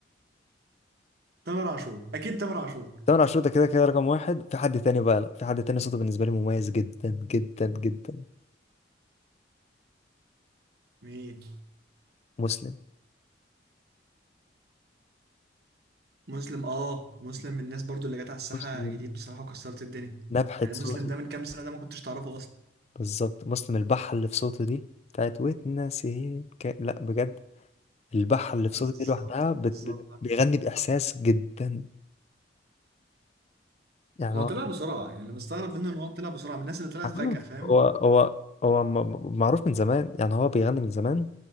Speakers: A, on the right; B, on the left.
A: تامر عاشور اكيد تامر عاشور
B: تامر عاشور ده كده كده رقم واحد في حد تاني بقى لأ في حد تاني صوته بالنسبة لي مميز جدا جدا جدا
A: مين
B: مسلم
A: مسلم اه مسلم من الناس برضو اللي جت على الساحه
B: مسلم
A: جديد بصراحه وكسرت الدنيا
B: نبحة
A: يعني
B: صوته
A: مسلم ده من كام سنه ده ما كنتش تعرفه اصلا
B: بالظبط مسلم البحة اللي في صوته دي بتاعت واتنسيت ك... لا بجد البحة اللي في
A: بالظبط
B: صوتي دي لوحدها بت...
A: بالظبط
B: بت- بيغني بإحساس جدا يعني
A: هو
B: هو
A: طلع بسرعه يعني اللي مستغرب منه ان هو طلع بسرعه من الناس اللي طلعت
B: عارفين
A: فجاه فاهم
B: هو هو هو م- م- معروف من زمان يعني هو بيغني من زمان